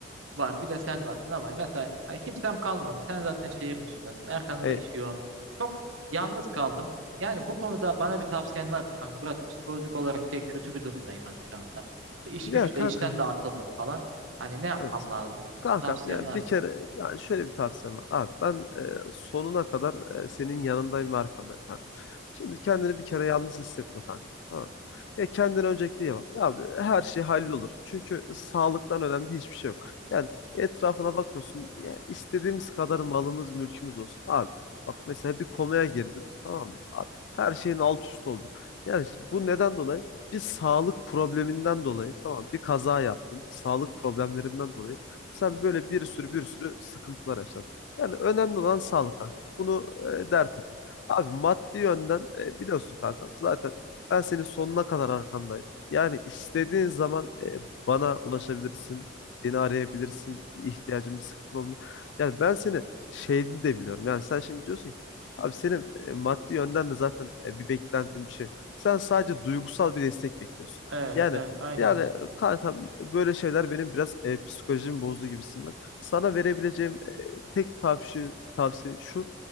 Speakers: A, on the right; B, on the left.
A: var bir de sen varsın ama mesela hani kimsem kalmadı. Sen zaten şehir dışındasın. Erkan'ın
B: E,
A: da işi yoğun. Çok yalnız kaldım. Yani bu konuda bana bir tavsiyen var mı kanka? Biraz psikolojik olarak şey kötü bir durumdayım ben şu anda. İş
B: ya
A: güçte
B: kanka
A: işten de atıldım falan. Hani ne yapmam
B: evet.
A: lazım?
B: Kanka
A: Tavsiyen
B: ya
A: var
B: bir
A: mı
B: kere
A: bana?
B: yani şöyle bir tavsiyem var. Abi ben e, sonuna kadar e, senin yanındayım ve arkandayım kanka. Şimdi kendini bir kere yalnız hissetme kanka. Tamam. mı? Ya kendine öncelikle iyi bak. Ya Abi her şey hallolur. Çünkü sağlıktan önemli hiçbir şey yok. Yani etrafına bakıyorsun. Ya istediğimiz kadar malımız, mülkümüz olsun. Abi bak mesela bir komaya girdin. Tamam mı? Abi, her şeyin alt üst oldu. Yani işte bu neden dolayı? bir sağlık probleminden dolayı tamam bir kaza yaptın. Sağlık problemlerinden dolayı sen böyle bir sürü bir sürü sıkıntılar yaşadın. Yani önemli olan sağlık kanka. Bunu e, dert etme. Abi maddi yönden e, biliyorsun kanka zaten ben senin sonuna kadar arkandayım. Yani istediğin
A: <laughs>
B: zaman e, bana ulaşabilirsin, beni arayabilirsin, bir ihtiyacın bir sıkıntı olduğunda. Yani ben seni şeyini de biliyorum. Yani sen şimdi diyorsun ki abi senin e, maddi yönden de zaten e, bir beklentin bir şey sen sadece duygusal bir destek bekliyorsun.
A: Evet,
B: Yani
A: evet, aynen
B: yani
A: öyle.
B: kanka böyle şeyler benim biraz e, psikolojimi bozdu gibisinden. Sana verebileceğim e, tek tavsiye tavsiye şu.